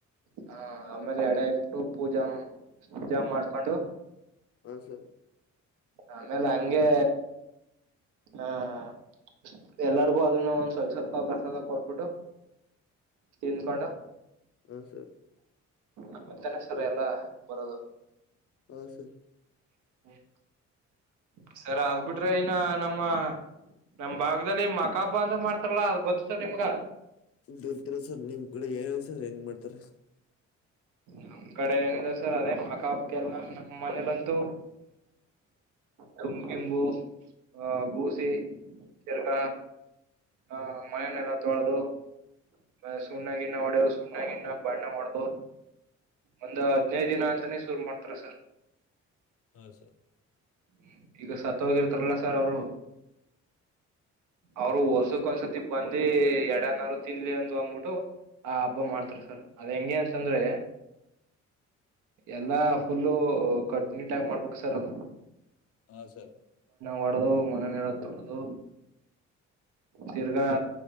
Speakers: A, on the right; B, on the left.
A: ಹಾ ಹಾ ಆಮೇಲೆ ಎಡೆ ಇಕ್ಬಿಟ್ಟು ಪೂಜಂ ಪೂಜಾ ಮಾಡ್ಕೊಂಡು,
B: ಹಾ ಸರ್
A: ಆಮೇಲೆ ಹಂಗೆ ಆಹ ಎಲ್ಲರಿಗೂ ಅದನ್ನು ಒಂದ ಸ್ವಲ್ಪ ಸ್ವಲ್ಪ ಪ್ರಸಾದ ಕೊಟ್ಬಿಟ್ಟು ತಿಂದ್ಕೊಂಡು,
B: ಹುಂ ಸರ್
A: ಆಮೇಲೆ ತಾನೆ ಸರ್ ಎಲ್ಲಾ ಬರೋದು.
B: ಹೂ ಸರ್.
A: <unintelligible> ಸರ ಅದ್ ಬಿಟ್ರೆ ಇನ್ನ ನಮ್ಮ ನಮ್ ಭಾಗದಲ್ಲಿ ಮಕಾ ಹಬ್ಬ ಅಂತ ಮಾಡ್ತ ಲ್ಲ ಅದ ಗೊತ್ ನಿಮ್ಗ?
B: ಗೊತ್ತಿಲ್ಲ ಸರ್ ನಿಮ್ ಕಡೆ ಏನ್ ಹೆಂಗ್ ಮಾಡ್ತಾರೆ?
A: ನಮ್ಮ್ ಕಡೆ ಏನಿಲ್ಲ ಸರ್ ಅದೇ ಮಕ್ಕ ಹಕ್ಕೆಲ್ಲ ನಮ್ಮ್ ಮನೇಲಂತೂ ತಮ್ ಗಿಂಬು ಆಹ ಗೂಸಿ ಚೆರ್ಗ ಹಾ ಮನೆನೆಲ್ಲ ತೊಳೆದು ಮ ಸುಣ್ಣಾಗಿನ್ನ ಹೊಡೆವ್ ಸುಣ್ಣಾಗಿನ್ನ ಬಣ್ಣ ಹೊಡದು ಒಂದ್ ಹದ್ನೈದು ದಿನ ಅಂತಾನೇ ಶುರು ಮಾಡ್ತಾರೆ ಸರ್.
B: ಹಾ ಸರ್
A: ಹ್ಮ್ ಈಗ ಸತ್ ಹೋಗಿರ್ತಾರಲ್ಲ ಸರ್ ಅವರು ಅವ್ರು
B: ಹಾ
A: ವರ್ಷಕ್ಕ
B: ಸರ್
A: ಒಂದ್ಸತಿ ಬಂದ್ ತಿ ಎಡೆನಾರ್ ತಿನ್ಲಿ ಅಂದು ಅಂಬಿಟ್ಟು ಆ ಹಬ್ಬ ಮಾಡ್ತಾರೆ ಸರ್. ಅದ್ ಹೆಂಗೆ ಅಂತಂದ್ರೆ. ಎಲ್ಲಾ ಫುಲ್ಲು ಕಟ್ನಿಟ್ಟಾಗಿ ಮಾಡ್ಬೇಕ ಸರ್ ಅದು.
B: ಹಾ ಸರ್
A: ಒಡ್ದು ಮನೆನೆಲ್ಲ ತೊಳದು. ತಿರ್ಗ